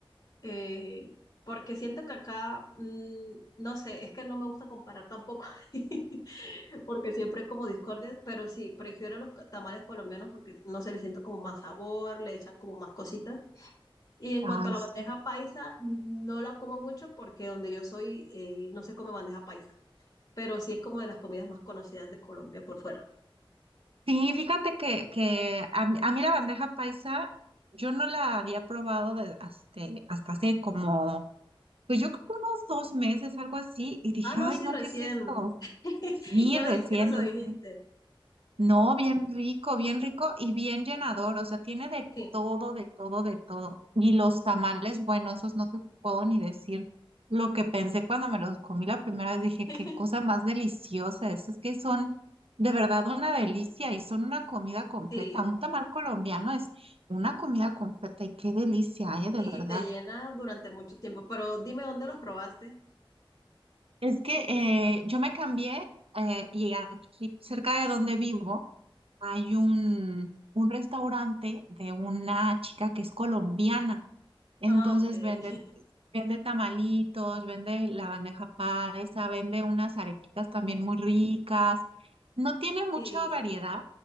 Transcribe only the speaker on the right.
Ay,
sí.
Sí, fíjate que, que a, mí a mí la bandeja paisa yo no la había probado de- hasta, hasta hace como, pues yo creo que unos dos meses, algo así, y dije,
ay,
no,
¿qué es esto?
Sí,
recién, recién.
No, bien rico, bien rico y bien llenador, o sea, tiene de
todo, de todo, de todo. Y los tamales, bueno, esos no te puedo ni decir lo que pensé cuando me los comí la primera vez, dije,
qué cosa más deliciosa, es, es que son de verdad una delicia y son una comida completa.
Un tamal colombiano es una comida completa y qué delicia, eh, de
verdad.
Es que eh, yo me cambié eh, y aquí cerca de donde vivo. hay un, un restaurante de una chica que es colombiana, entonces
vende, vende tamalitos, vende la bandeja paisa, vende unas arepitas también muy ricas. No tiene mucha
variedad,